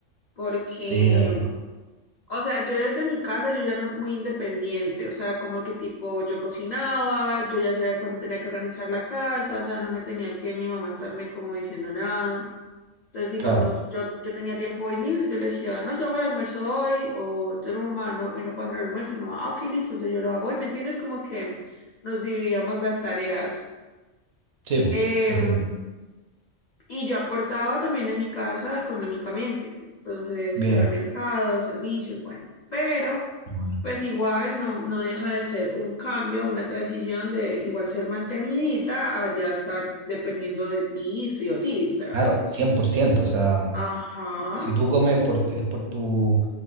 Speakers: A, on the left (about 60°); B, on the right (about 65°).
A: porque,
B: Sí, eh,
A: o sea, yo desde mi casa yo ya era muy independiente, o sea, como que tipo yo cocinaba, yo ya sabía cuándo tenía que organizar la casa, o sea, no me tenía que mi mamá estarme como diciendo nada. Entonces, digamos,
B: claro,
A: yo, yo tenía tiempo hoy libre, yo le decía, no, yo hago el almuerzo hoy, o yo no, mamá, no, hoy no puedo hacer el almuerzo, y mi mamá, ah, ok, listo, entonces yo lo hago hoy, ¿me entiendes? Como que nos dividíamos las tareas.
B: sí, po,
A: Em,
B: se entiende.
A: y yo aportaba también en mi casa económicamente, entonces,
B: Bien.
A: para mercados, servicios, bueno, pero
B: Bueno,
A: pues igual no, no deja de ser un cambio, una transición de igual ser mantenidita a ya estar dependiendo de ti, sí o sí, o sea,
B: Claro, cien por ciento. o sea,
A: ajá.
B: si tú comes por, es por tu,